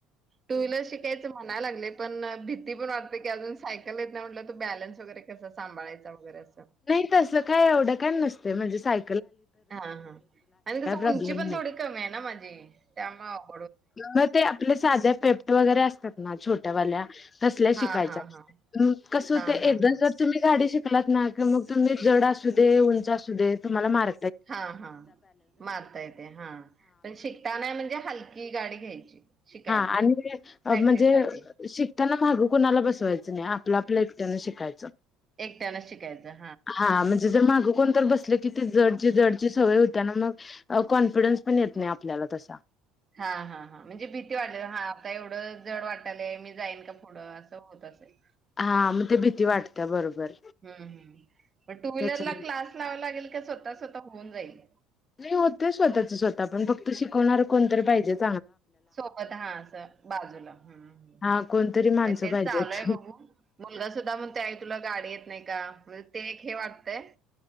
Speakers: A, on the right; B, on the left.
A: टू व्हीलर शिकायचं म्हणायला लागले पण, भीती पण वाटते की अजून सायकल येत नाही, म्हटलं तू बॅलनस वगैरे कसं सांभाळायचा. वगैरे असं.
B: तसंल काय एवढं काय नसतय. म्हणजे साय
A: हा हा आणि कस उंची
B: प्रॉब्लेम
A: पण
B: नाही
A: थोडी कमी आहे ना माझी त्यामुळं.
B: मग ते आपल्या साध्या पेप वगैरे अस असतात ना छोट्यावाल्या. तसल्या
A: हा
B: शिकायचाय
A: हा हा
B: कसं
A: हा
B: हुतेय
A: हा
B: एकदा
A: हा
B: जर तुम्ही गाडी शी ना मग तुम्ही जड असू दे उंच असू दे तुम्हाला मार
A: हा हा मारता येते हा पण शिकताना म्हणजे हलकी गाडी घ्यायची शिकायला
B: हा आणि
A: प्रॅक्टिस
B: म्हणजे
A: साठी
B: शिकताना माग कोणाला बसवायच नाही आपल आपल्या एकट्याना शिकायच
A: एकट्यानं शिकायचं
B: हा म्हणजे जर माग कोण तर बस तिथं जडची जडची सवय होते ना मग कॉन्फिडन्स पण येत नाही आपल्याला तसा.
A: हा हा हां म्हणजे भीती वाटालय हा आता एवढं जड वाटालंय मी जाईन का पुढं असं होत असेल.
B: हा मग ते भीती वाटते बरोबर
A: हम्म हम्म पण टू व्हीलर
B: त्याच्या
A: ला क्लास लावा लागेल ते स्वतः स्वतः होऊन जाईल.
B: नाही होतेयं स्वतःच स्वतः पण फक्त शिकवणार कोणतरी पाहिजेत.
A: सोबत हा अस बाजूला हम्म हम्म
B: हा कोणतरी माणसं
A: नाही तेच
B: पाहिजेत
A: चालू हाय बघू मुलगा सुद्धा म्हणतोय आई तुला गाडीे नाही का मग ते हे वाटतय.